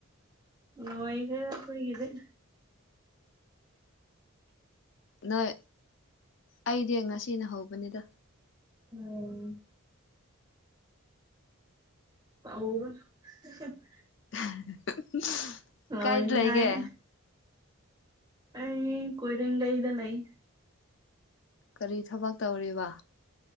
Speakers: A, on the right (about 20°); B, on the left (about 55°).
A: ꯂꯣꯏꯒ꯭ꯔꯦꯗ ꯑꯩꯈꯣꯏꯒꯤꯗꯤ꯫
B: ꯅꯣꯏ ꯑꯩꯗꯤ ꯉꯁꯤꯅ ꯍꯧꯕꯅꯤꯗ
A: ꯎ <unintelligible>
B: <inaudible>
A: ꯂꯣꯏꯅꯤꯡꯉꯥꯏ
B: ꯂꯩꯒꯦ
A: ꯑꯩ ꯀꯣꯏꯔꯒꯥ ꯏꯗ ꯂꯩꯥꯏ
B: ꯀꯔꯤ ꯊꯕꯛ ꯇꯧꯔꯤꯕ